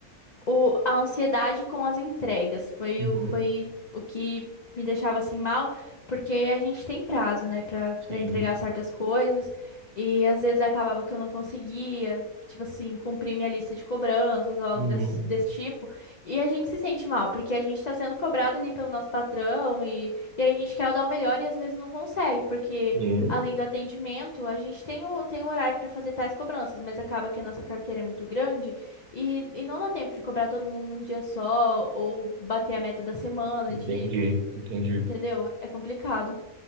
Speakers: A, on the left; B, on the right.
A: o, a ansiedade com as entregas foi,
B: Uhum.
A: o- foi o que me deixava assim mal, porque a gente tem prazo, né, pra, pra
B: Sim.
A: entregar certas coisas, e às vezes acabava que eu não conseguia, tipo assim, cumprir minha lista de cobranças ou algo
B: Uhum.
A: desse, desse tipo, e a gente se sente mal, porque a gente tá sendo cobrado ali pelo nosso patrão, e, e a gente quer dar o melhor e às vezes não consegue, porque
B: Sim.
A: além do atendimento, a gente tem o, tem o horário para fazer tais cobranças, mas acaba que a nossa carteira é muito grande. E, e não dá tempo de cobrar todo mundo num dia só, ou bater a meta da semana,
B: Entendi,
A: de,
B: entendi.
A: entendeu? É complicado.